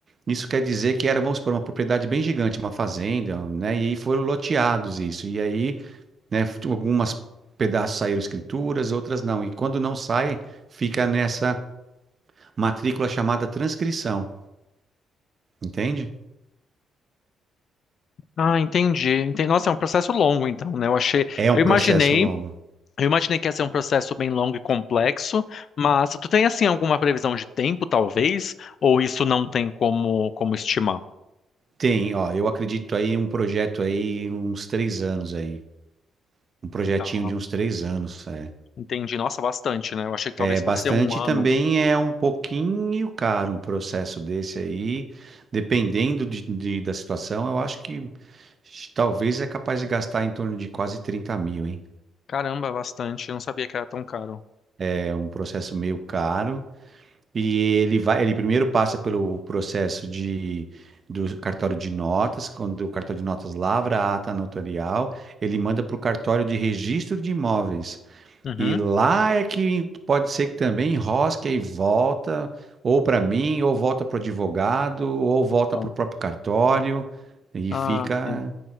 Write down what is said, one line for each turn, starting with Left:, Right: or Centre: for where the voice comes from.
Right: isso quer dizer que era, vamos supor, uma propriedade bem gigante, uma fazenda, né? E aí foram loteados isso. E aí, né, f- algumas pedaços saíram escrituras, outras não. E quando não sai, fica nessa matrícula chamada transcrição, entende?
Left: Ah, entendi. Entendi. Nossa, é um processo longo, então, né? Eu achei,
Right: É um
Left: eu
Right: processo
Left: imaginei
Right: longo.
Left: Eu imaginei que ia ser um processo bem longo e complexo, mas tu tem assim alguma previsão de tempo, talvez, ou isso não tem como como estimar?
Right: Tem, ó, eu acredito aí em um projeto aí, uns três anos aí. Um projetinho
Left: Tá.
Right: de uns três anos. É,
Left: Entendi. Nossa, bastante, né? Eu achei que
Right: é
Left: talvez
Right: bastante
Left: fosse ser um ano.
Right: e também é um pouquinho caro um processo desse aí. Dependendo de, de- da situação, eu acho que talvez é capaz de gastar em torno de quase 30 mil, hein?
Left: Caramba, bastante. Eu não sabia que era tão caro.
Right: É um processo meio caro. E ele vai, ele primeiro passa pelo processo de do cartório de notas, quando o cartório de notas lavra a ata notarial, ele manda para o cartório de registro de imóveis.
Left: Uhum.
Right: E lá é que pode ser que também enrosque e volta, ou para mim, ou volta para o advogado, ou volta
Left: Bom.
Right: para o próprio cartório, e
Left: Ah,
Right: fica,
Left: sim.